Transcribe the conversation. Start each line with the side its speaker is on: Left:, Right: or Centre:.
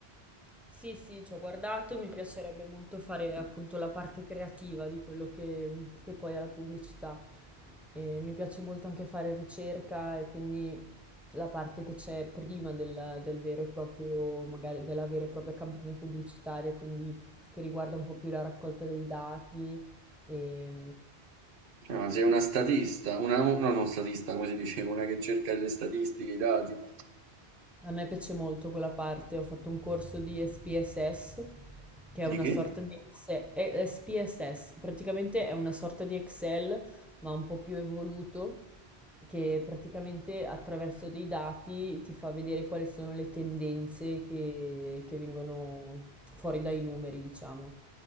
Centre: Sì, sì, ci ho guardato, mi piacerebbe molto fare appunto la parte creativa di quello che, che poi è la pubblicità. E mi piace molto anche fare ricerca e quindi la parte che c'è prima del, del vero e proprio, magari della vera e propria campagna pubblicitaria, quindi che riguarda un po' più la raccolta dei dati e,
Right: Ah, sei una statista, una, no, non statista, come si dice, una che cerca le statistiche, i dati.
Centre: A me piace molto quella parte, ho fatto un corso di SPSS, che è una
Right: Di che?
Centre: sorta di Exe- eh, SPSS, praticamente è una sorta di Excel, ma un po' più evoluto, che praticamente attraverso dei dati ti fa vedere quali sono le tendenze che, che vengono fuori dai numeri, diciamo.